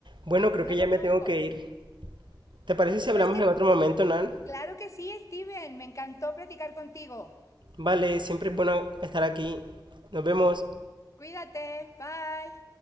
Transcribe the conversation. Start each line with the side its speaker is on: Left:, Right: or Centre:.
Right: Bueno, creo
Left: No
Right: que ya
Left: conozco.
Right: me tengo que ir. ¿Te parece si hablamos
Left: Pues que,
Right: en otro momento, Nan?
Left: claro que sí, Steven, me encantó platicar contigo.
Right: Vale, siempre es bueno estar aquí. Nos vemos.
Left: Cuídate, bye.